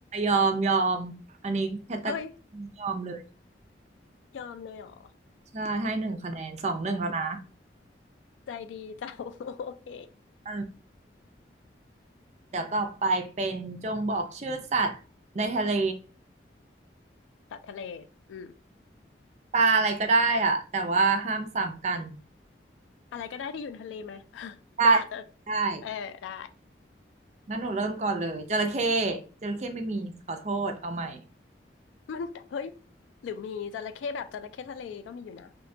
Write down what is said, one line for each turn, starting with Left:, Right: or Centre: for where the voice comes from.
Right: ยอมยอมอันนี้แคตตากรียอมเลย
Left: เฮ้ยยอมเลยเหรอ
Right: ใช่ให้หนึ่งคะแนนสองหนึ่งแล้วนะ
Left: ใจดีจัง <laughs> โอเค
Right: เออ เดี๋ยวต่อไปเป็นจงบอกชื่อสัตว์ในทะเล
Left: ตัดทะเลอืม
Right: ปลาอะไรก็ได้อะแต่ว่าห้ามซ้ำกัน
Left: อะไรก็ได้ที่อยู่ในทะเลไหม <laughs>
Right: ได้
Left: ปลาจะ
Right: ได้
Left: เออได้
Right: งั้นหนูเริ่มก่อนเลยจระเข้จระเข้ไม่มีขอโทษเอาใหม่
Left: มันเฮ้ยหรือมีจระเข้แบบจระเข้ทะเลก็มีอยู่นะ